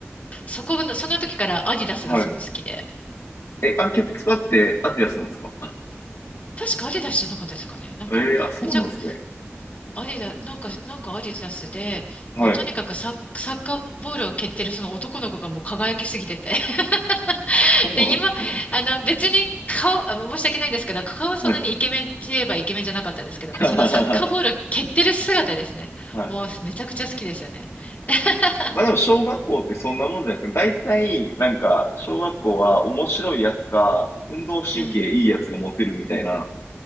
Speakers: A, on the left (about 35°); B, on the left (about 75°).
A: そこの、その時からアディダスがすごい好きで、
B: はい。え、あれ、キャプツバってアディダスなんですか
A: 確かアディダスじゃなかったですかね。なんか、
B: ええーあ、そうなんですね。
A: めちゃく、アディダ、なんか、なんかアディダスで、
B: はい。
A: もうとにかくサッ、サッカーボールを蹴ってるその男の子がもう輝きすぎてて。<laughs>
B: そうなんですね。
A: で、今、あの、別に顔、あの申し訳ないんですけど、顔はそんなにイケメンって言えばイケメンじゃなかったんですけども、
B: はいは
A: そのサッカーボールを蹴ってる姿ですね。
B: い。
A: もうめちゃくちゃ好きでしたね。<laughs>
B: まあでも小学校ってそんなもんじゃないですか。大体、なんか、小学校は面白いやつか、運動神経いいやつがモテるみたいな
A: うん。